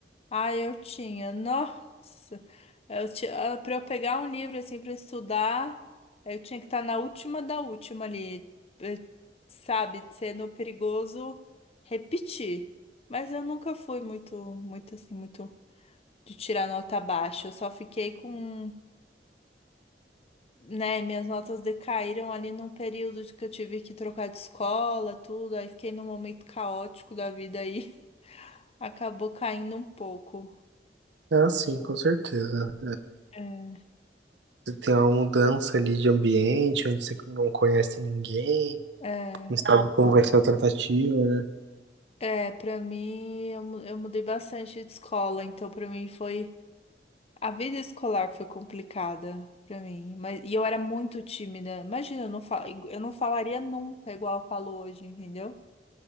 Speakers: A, on the left; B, on the right.
A: Ah, eu tinha. Nossa, eu tinha, para eu pegar um livro assim para estudar, eh, eu tinha que estar na última da última ali, eh, sabe, sendo perigoso repetir. Mas eu nunca fui muito, muito assim, muito de tirar nota baixa. Eu só fiquei com, né, minhas notas decaíram ali num período de que eu tive que trocar de escola, tudo. Aí fiquei num momento caótico da vida aí, <laughs> acabou caindo um pouco.
B: Ah, sim, com certeza.
A: É.
B: Você tem uma mudança ali de ambiente, onde você não conhece ninguém,
A: É.
B: não Ah, sabe como vai ser a tratativa, né?
A: É, pra mim, eu, mu- eu mudei bastante de escola, então pra mim foi. A vida escolar foi complicada pra mim, mas e eu era muito tímida. Imagina, eu não fal... eu não falaria nunca igual eu falo hoje, entendeu?